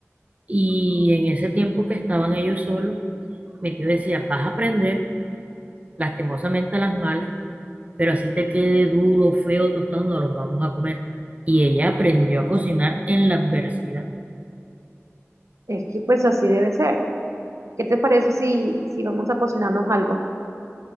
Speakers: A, on the right (about 30°); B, on the right (about 80°).
A: Y en ese tiempo que estaban ellos solos, mi tío decía, vas a aprender, lastimosamente a las malas. pero así te quede duro, feo, tostado, no los vamos a comer. Y ella aprendió a cocinar en la adversidad
B: Es que pues así debe ser. ¿Qué te parece si, si vamos a cocinarnos algo?